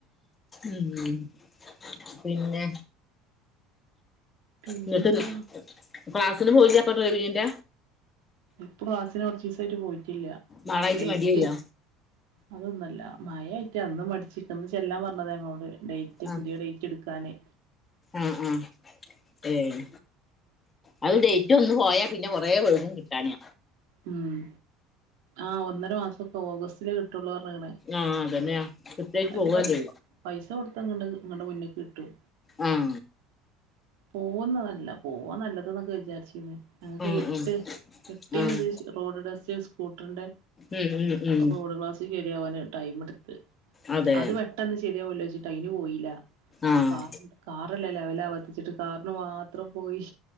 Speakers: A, on the left (about 25°); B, on the right (about 70°).
A: ഉം പിന്നെ
B: പിന്നെന്താ
A: എന്നിട്ട് ക്ലാസ്സിന് പോയില്ല അപ്പ ഡ്രൈവിങ്ങിന്റ
B: ഇപ്പൊ ക്ലാസിന് കൊറച്ച് ദിവസായിട്ട് പോയിട്ടില്ല
A: നാളായിട്ട്
B: ഡേറ്റ്
A: മടിയായില്ലേ
B: അതൊന്നല്ല മയായിട്ട് അന്ന് മടിച്ചിരിക്കന്ന് ചെല്ലാൻ പറഞ്ഞതാ ഞങ്ങളോട് ഡേറ്റ്
A: ആഹ്
B: പുതിയ ഡേറ്റ് എടുക്കാനെ
A: ആഹ് ആഹ് ഏഹ് അത് ഡേറ്റ് ഒന്ന് പോയാ പിന്നെ കൊറേ കൊഴുകും കിട്ടാന്
B: ഉം ആഹ് ഒന്നര മാസൊക്കെ ഓഗസ്റ്റില് കിട്ടുള്ളൂ പറഞ്ഞക്കണെ
A: ആഹ് അതന്നെയാ കൃത്യായിട്ട്
B: അഞ്ച്
A: പോവല്ലേ
B: പൈ പൈസ കൊടുത്താങ്ങ്ണ്ട് ഇങ്ങട് മുന്നേ കിട്ടും
A: ഉം
B: പോവുന്നതല്ല പോവാൻ നല്ലത് എന്നൊക്കെ വിചാരിച്ചീന് ഞങ്ങൾക്ക്
A: ഉം
B: എട്ട്
A: ഉം
B: എട്ടിന്
A: ആഹ്
B: ഇത് റോഡ് ടെസ്റ്റ് സ്കൂട്ടറിന്റെ
A: ഉം ഉം ഉം
B: റോഡ് ക്ലാസ് ശരി ആവാന് ടൈം എടുത്ത്
A: അതെ
B: അത് പെട്ടെന്ന് ശരിയാവല്ലോ വച്ചിട്ട് അയിന് പോയില്ല
A: ആഹ്
B: കാറ് കാറല്ലേ ലെവലാവത്തിച്ചിട്ട് കാറിന് മാത്രം പോയി